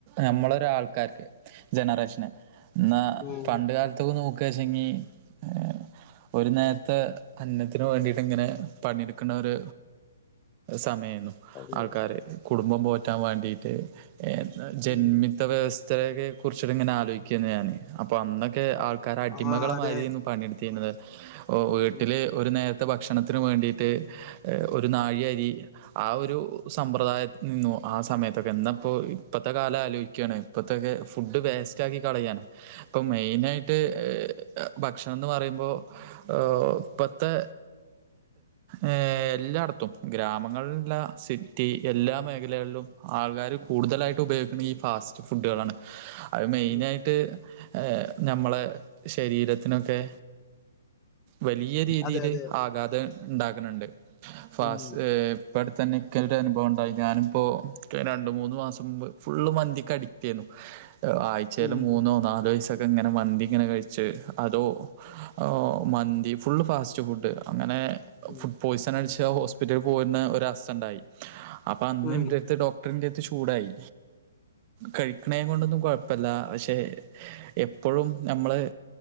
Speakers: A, on the right (about 35°); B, on the left (about 25°).
A: നമ്മളൊരു ആൾക്കാര്ക്ക് ജനറേഷന് ന്നാ
B: ഉം
A: പണ്ട് കാലത്ത്ക്ക് നോക്ക് <unintelligible> ഏ ഒരു നേരത്തെ അന്നത്തിന് വേണ്ടിട്ട് ഇങ്ങനെ പണിയെടുക്കണോര് സമയേ രുന്നു
B: അതെ
A: ആൾക്കാര് കുടുംബം പോറ്റാൻ വാണ്ടീട്ടെ എന്താ ജന്മിത്ത
B: ഉം
A: വ്യവസ് ഇത്രയൊക്കെ കുറിച്ചിട്ട്ങ്ങനെ ആലോയ്ക്കേര്ന്ന് ഞാന് അപ്പൊ അന്നൊക്കെ ആൾ ക്കാര് അടിമകളമാരിയേരുന്നു
B: ആ അതെ
A: പണിയെട്ത്തിരുന്നത് ഇപ്പോൾ വീട്ടില്
B: ഉം
A: ഒരു നേരത്തെ ഭക്ഷണ ണത്തിന് വേണ്ടിയിട്ട് ഒരു നാഴിയരി ആ ഒരു സമ്പ്രദായത്തിനിന്നോ ആ സമയത്തൊക്കെ ഇന്നിപ്പോ ഇപ്പത്തെ കാലം ആലോയിക്കുവാണ് ഇപ്പത്തൊക്കെ ഫുഡ് വേസ്റ്റാക്കി കളയാണ് ഇപ്പൊ മെയിനായിട്ട് ഭക്ഷണം എന്ന് പറയുമ്പോ ആഹ് ഇപ്പത്തെ ഏ എല്ലായിടത്തും ഗ്രാമ ങ്ങള്ല്ലാ സിറ്റി എല്ലാ മേഖ ലകളിലും ആൾക്കാർ കൂടുതലായിട്ട് ഉപയോഗിക്കുന്നെ ഈ ഫാസ്റ്റ് ഫുഡുകളാണ് അത് മെയ്നായിട്ട്
B: ഉം
A: ഏഹ് ഞമ്മളെ ശരീരത്തിനൊക്കെ വലിയ രീതിയില്
B: അതെ അതെ
A: ആകാതെ ഇണ്ടാക്ക്ണണ്ട് ഫാസ്
B: ഉം
A: ഏ ഇപ്പട്ത്തന്നെ ഇക്കന്നെ അനുഭവണ്ടായി ഞാനിപ്പോ കേ രണ്ട് മൂന്ന് മാസം മുമ്പ് ഫുള്ള് മന്തിക്ക് അഡിക്ടെനു ഏ ആഴ്ചയില്
B: ഉം
A: മൂന്നോ നാലോസ ക്കങ്ങനെ മന്തിങ്ങനെ കഴിച്ച് അതോ ഓ മന്തി ഫുൾ ഫാസ്റ്റ് ഫുഡ് അങ്ങനെ
B: ഉം
A: ഫുഡ് പോയ്സനടിച്ച് <unintelligible> ഹോസ്പിറ്റലിൽ പോര്ന്ന ഒ രസ്സണ്ടായി അപ്പ അന്ന്ന്റെട്ത്ത്
B: ഉം
A: ഡോക്ടറിന്റെട്ത്ത് ചൂ ടായി കഴിക്കണേ കൊണ്ടൊന്നും കൊഴപ്പല്ല പക്ഷെ എ ഇപ്പോഴും നമ്മൾ